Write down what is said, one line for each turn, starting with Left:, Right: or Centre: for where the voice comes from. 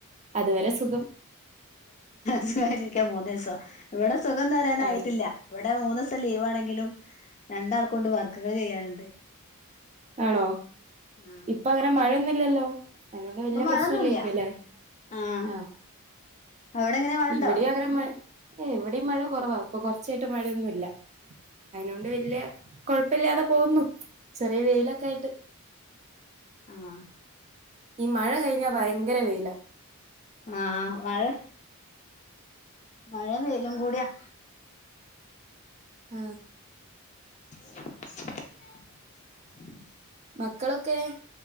Right: അത് വരെ സുഖം
Left: സുഖായിട്ടിരിക്കാ മൂന്നു ദിവസം ഇവടെ സുഖന്ന് പറയാനായിട്ടില്ല
Right: അതെ
Left: ഇവിടെ മൂന്നൂസം ത്തെ ലീവാണെങ്കിലും രണ്ടാൾക്കൊണ്ട് വർക്കുകൾ ചെയ്യാനുണ്ട്
Right: ആണോ
Left: ആഹ്
Right: ഇപ്പോ അങ്ങനെ മഴയൊന്നുല്ലല്ലോ അയ് കൊണ്ട്
Left: ഇപ്പൊ
Right: വല്ല്യ
Left: മഴൊന്നുല്ല
Right: പ്രശ്ന ഇല്ലേക്കുംഅല്ലേ
Left: ആഹ്
Right: ആ
Left: അവിടെ എങ്ങനെ മഴണ്ടോ
Right: ഇവിടെ അങ്ങനെ മഴ ഏഹ് എവിടെയും മഴ കുറവാ ഇപ്പൊ കൊറച്ചായിട്ട് മഴയൊന്നുമല്ല അയിനൊണ്ട്
Left: ആഹ്
Right: വല്യ കൊഴപ്പല്ലാണ്ട് പോവുന്നു ചെറിയ വെയിലൊക്കെ ആയിട്ട്
Left: ആ ആ
Right: ഈ മഴ കഴിഞ്ഞാ ഭയങ്കര വൈലാ
Left: ആഹ മഴ മഴ വൈലും കൂടിയാ
Right: ആ
Left: <unintelligible>
Right: മക്കളൊക്കെ